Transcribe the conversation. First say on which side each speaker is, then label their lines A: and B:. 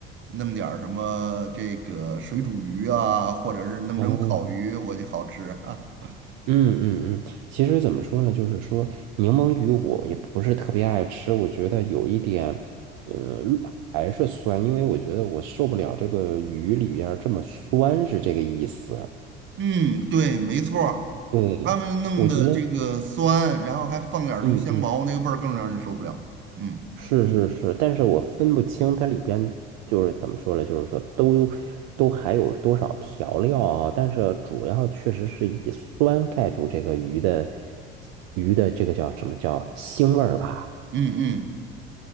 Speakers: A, on the right (about 35°); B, on the right (about 55°).
A: 弄点儿什么这个水煮鱼啊，或者是弄成烤鱼，
B: 哦，
A: 我就好吃。<laughs>
B: 嗯嗯嗯。其实怎么说呢，就是说柠檬鱼我也不是特别爱吃，我觉得有一点，呃，还是酸，因为我觉得我受不了这个鱼里边儿这么酸，是这个意思。
A: 嗯，对，没错儿，
B: 对，
A: 他们弄的这个酸，
B: 我觉得，
A: 然后还放点儿什么香茅，
B: 嗯嗯。
A: 那个味儿更让人受不了。嗯
B: 是是是，但是我分不清它里边就是怎么说呢，就是说都都还有多少调料啊，但是主要确实是以酸盖住这个鱼的鱼的这个叫什么叫腥味儿吧？
A: 嗯嗯，